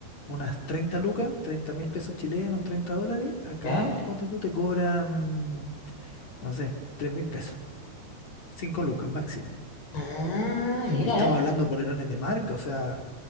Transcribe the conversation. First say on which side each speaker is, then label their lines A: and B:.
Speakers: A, on the left; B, on the left.
A: Unas 30 lucas, treinta mil pesos chilenos, 30 dólares. Acá,
B: ¿Ya?
A: ponte tú, te cobran, no sé, tres mil pesos, 5 lucas máximo.
B: Ah, mira.
A: Y estamos hablando de polerones de marca, o sea,